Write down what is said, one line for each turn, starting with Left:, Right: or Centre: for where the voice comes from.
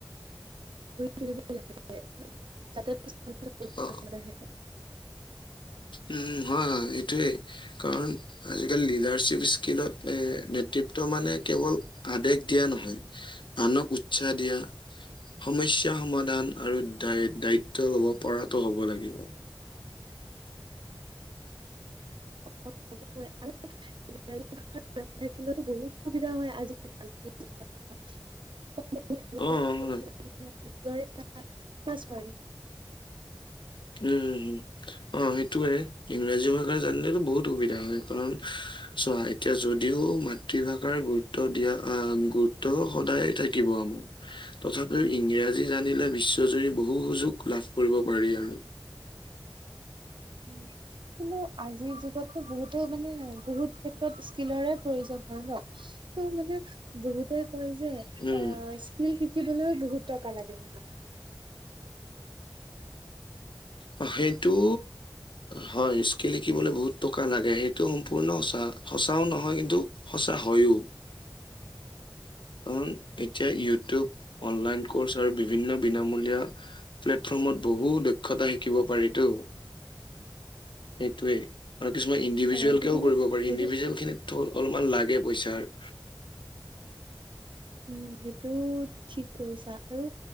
Right: তুলিব লাগে যাতে পিছলে তেওঁলোকৰ
Left: অ',
Right: কামত আহে।
Left: উম উম হয় হয় এইটোৱেই কাৰণ আজিকালি লিডাৰশ্বিপ স্কিলত এ নেতৃত্ব মানে কেৱল আদেশ দিয়া নহয়। আনক উৎসাহ দিয়া। সমস্যা সমাধান আৰু দায় দায়িত্ব লব পৰাটো হব লাগিব।
Right: <unintelligible> <unintelligible> থাকিলেতো বহুত সুবিধা হয় আজি যুগত ধৰা <unintelligible>
Left: অ হয়
Right: <unintelligible> নিজৰে প্লাছ পইণ্ট
Left: উম উম উম অ সেইটোয়ে ইংৰাজী ভাষা জানিলো বহুত সুবিধা হয়, কাৰণ চোৱা এতিয়া যদিও মাতৃভাষাৰ গুৰুত্ব দিয়া আহ গুৰুত্ব সদায় থাকিব আমাৰ তথাপিও ইংৰাজী জানিলে বিশ্বজুৰি বহু সুযোগ লাভ কৰিব পাৰি আৰু।
Right: উম কিন্তু আজিৰ যুগতটো বহুতে মানে বহুত ক্ষেত্ৰত স্কিলৰে প্ৰয়োজন হয় ন? ত' মানে বহুতে কয় যে
Left: উম,
Right: অ স্কিল শিকিবলৈ বহুত টকা লাগে বুলি।
Left: অ সেইটো হয় স্কীল শিকিবলে বহুত টকা লাগে সেইটো সম্পূৰ্ণ সঁচা, সচাও নহয় কিন্তু সঁচা হয়ো। কাৰণ এতিয়া ইউটিউব, অনলাইন কৰ্চ আৰু বিভিন্ন বিনামূলীয়া প্লেটফৰ্মত বহু দক্ষতা শিকিব পাৰিতো, সেইটোৱেই। আৰু কিছুমান ইণ্ডিভিজুৱেল
Right: অ সেইটো
Left: কেও
Right: কিন্তু
Left: কৰিব পাৰি
Right: সেইটো
Left: ইণ্ডিভিজুৱেল খিনিত অলপমান লাগে পইচাৰ।
Right: উম সেইটো ঠিক কৈছা আৰু